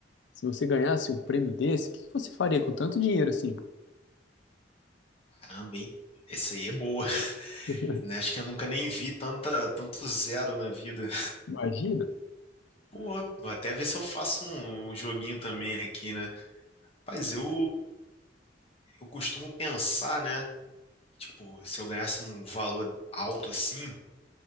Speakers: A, on the left; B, on the left.
A: se você ganhasse um prêmio desse, o que que você faria com tanto dinheiro assim?
B: Caramba, hein? Esse aí é boa, <laughs>
A: <laughs>
B: né? Acho que eu nunca nem vi tanta, tanto zero na vida.
A: Imagina?
B: Pô, vou até ver se eu faço um, um joguinho também aqui, né? Mas eu, eu costumo pensar, né? Tipo, se eu ganhasse um valor alto assim,